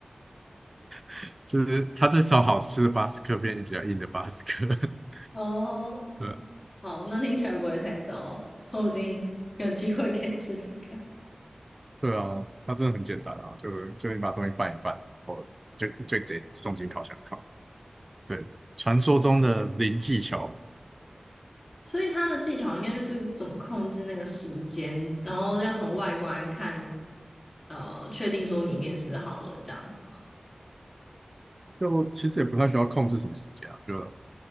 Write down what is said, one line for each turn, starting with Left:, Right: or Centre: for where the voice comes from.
Right: <laughs> 就是它这从好吃的巴斯克变成比较硬的巴斯克。<laughs>
Left: 哦，
Right: 对
Left: 好，那听起来不会太糟，说不定有机会可以试试看。
Right: 对啊，它真的很简单啊，就就你把东西拌一拌，然后就就直接送进烤箱烤。对，传说中的零技巧，
Left: 所以它的技巧应该就是怎么控制那个时间，然后要从外观看，呃，确定说里面是不是好了，这样子吗？
Right: 就其实也不太需要控制什么时间啊，就